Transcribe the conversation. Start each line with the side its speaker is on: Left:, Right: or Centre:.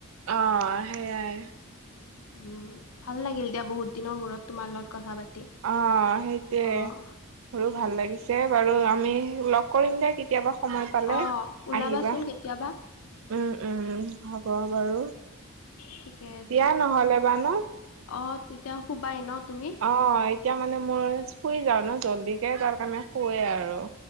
Right: অ, সেয়াই।
Left: উম ভাল লাগিল দিয়া, বহুত দিনৰ মূৰত তোমাৰ লগত কথা পাতি।
Right: অ, সেইটোৱে।
Left: অ',
Right: মোৰো, ভাল লাগিছে বাৰু আমি লগ কৰিম দিয়া কেতিয়াবা। সময় পালে
Left: অ', ওলাবাচোন
Right: আহিবা,
Left: কেতিয়াবা,
Right: উম উম উম হ'ব বাৰু।
Left: ঠিকে আছে,
Right: দিয়া নহ'লে বা ন
Left: অ', তেতিয়া শুবাই ন' তুমি?
Right: অ', এতিয়া মানে মই, শুই যাওঁ ন' জল্দিকে, তাৰ কাৰণে শুৱে আৰু।